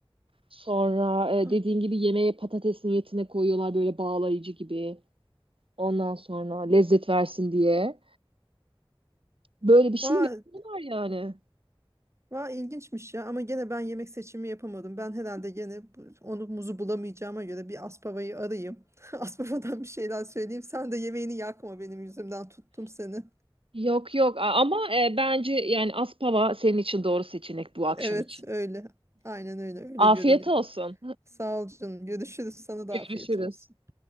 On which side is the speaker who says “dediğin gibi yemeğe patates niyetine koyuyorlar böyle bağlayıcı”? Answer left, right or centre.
Right